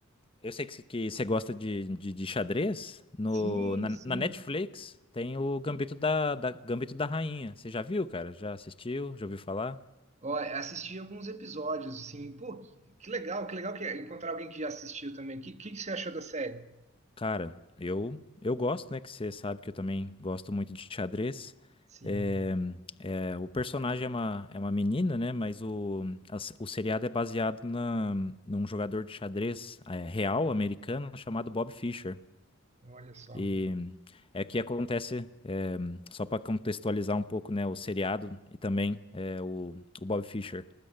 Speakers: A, on the left; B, on the right.
A: eu sei que, que você gosta de, de, de xadrez. No,
B: Sim,
A: na,
B: sim.
A: na Netflix tem o Gambito da, da, Gambito da Rainha. Você já viu, cara? Já assistiu? Já ouviu falar?
B: Ó, assisti alguns episódios, assim, pô, que que legal, que legal que é encontrar alguém que já assistiu também. O que, que, que você achou da série?
A: Cara, eu eu gosto, né? Que você sabe que eu também gosto muito de xadrez.
B: Sim,
A: É, é, o personagem é uma, é uma menina, né? Mas o, a s- o seriado é baseado na, num jogador de xadrez é, real americano chamado Bob Fischer.
B: olha só.
A: E é que acontece, é, só para contextualizar um pouco, né? O seriado e também é, o, o Bob Fischer.